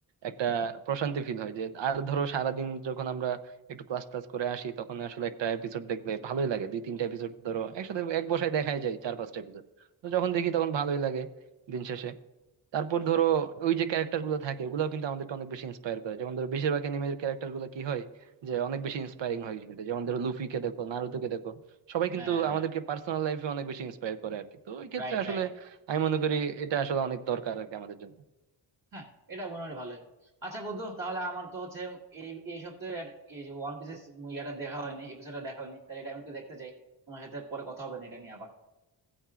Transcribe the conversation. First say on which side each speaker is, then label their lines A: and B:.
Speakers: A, on the right; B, on the right.
A: একটা প্রশান্তি ফিল হয় যে আর ধরো সারাদিন যখন আমরা একটু ক্লাস ক্লাস করে আসি তখন আসলে একটা এপিসোড দেখলে ভালোই লাগে দুই তিনটা এপিসোড ধরো একসাথে এক বসায় দেখাই যায় চার পাঁচটা এপিসোড তো যখন দেখি তখন ভালোই লাগে দিন শেষে তারপর ধরো ওই যে ক্যারেক্টার গুলো থাকে ওগুলোও কিন্তু আমাদেরকে অনেক বেশি ইন্সপায়ার করে যেমন ধরো বেশিরভাগ অ্যানিমের ক্যারেক্টার গুলো কি হয় যে অনেক বেশি ইন্সপায়ারিং হয় কিন্তু যেমন ধরো লুফিকে দেখো নারুতোকে দেখো সবাই কিন্তু
B: হ্যাঁ
A: আমাদেরকে পার্সোনাল লাইফে অনেক বেশি ইন্সপায়ার করে আর কি তো ওই ক্ষেত্রে
B: রাইট
A: আসলে
B: রাইট
A: আমি মনে করি এটা আসলে অনেক দরকার আর কি আমাদের জন্য
B: হ্যাঁ এটা মনে হয় ভালোই আচ্ছা বন্ধু তাহলে আমার তো হচ্ছে এই এই সপ্তাহে আর এই যে ওয়ান পিসের ইয়াটা দেখা হয়নি এপিসোডটা দেখা হয়নি তাহলে এটা আমি একটু দেখতে চাই তোমার সাথে পরে কথা হবে না এটা নিয়ে আবার